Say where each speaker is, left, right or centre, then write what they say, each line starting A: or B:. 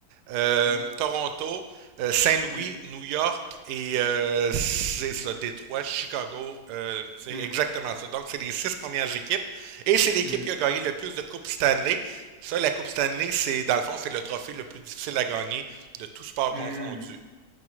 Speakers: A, on the right (about 80°); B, on the right (about 50°).
A: euh,
B: Mmh.
A: Toronto, euh, Saint-Louis,
B: Mmh.
A: New York et euh, c'est ça, Détroit, Chicago, euh, c'est
B: Mmh.
A: exactement ça. Donc, c'est les six premières équipes et c'est l'équipe
B: Mmh
A: qui
B: mh.
A: a gagné le plus de coupes Stanley. Ça, la Coupe Stanley, c'est dans le fond, c'est le trophée le plus difficile à gagner de tout sport
B: Mmh.
A: confondu.